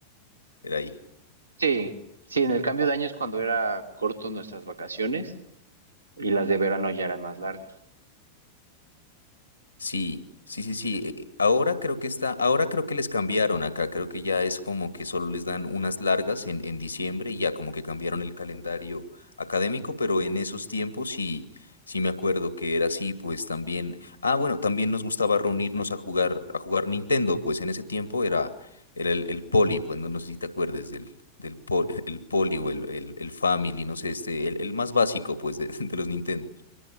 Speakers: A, on the left; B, on the right.
A: Era ahí.
B: Sí, sí, en el cambio de año es cuando era corto nuestras vacaciones y las de verano ya eran más largas.
A: Sí, sí, sí, sí. eh, Ahora creo que está, ahora creo que les cambiaron acá. Creo que ya es como que solo les dan unas largas en, en diciembre y ya como que cambiaron el calendario académico, pero en esos tiempos sí, sí me acuerdo que era así, pues también. Ah, bueno, también nos gustaba reunirnos a jugar, a jugar Nintendo, pues en ese tiempo era, era el, el poli, pues no, no sé si te acuerdes del, del pol- <laughs> el poli o el, el, el family, no sé, este, el, el más básico, pues, de, <laughs> de los Nintendo.